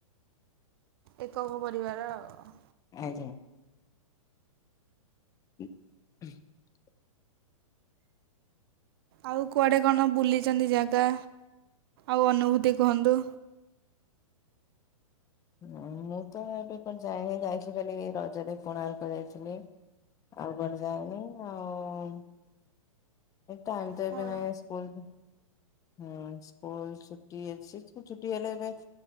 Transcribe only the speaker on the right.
ଏକକ ପରିବାର ଆଓ।
ଆଉ କୁଆଡ଼େ କଣ ବୁଲିଛନ୍ତି ଜାଗା ଆଉ ଅନୁଭୂତି କୁହନ୍ତୁ।
କଣ